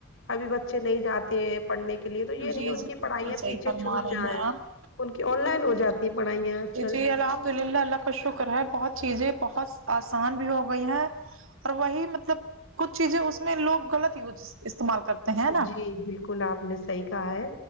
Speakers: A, on the left; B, on the right.
A: ابھی بچے نہیں جاتے ہیں پڑھنے کے لیے تو یہ نہیں
B: جی
A: ان
B: جی
A: کی
B: بالکل
A: پڑھائیاں
B: صحیح
A: پیچھے
B: فرما
A: چھوٹ
B: رہی
A: جائیں
B: ہیں آپ
A: ان کی آن لائن ہو جاتی ہے پڑھائیاں کل
B: جی الحمدالله اللہ کا شکر ہے بہت چیزیں بہت آسان بھی ہو گئی ہیں اور وہی مطلب کچھ چیزیں اس میں لوگ غلط یوز استعمال کرتے ہیں نا
A: جی بالکل آپ نے صحیح کہا ہے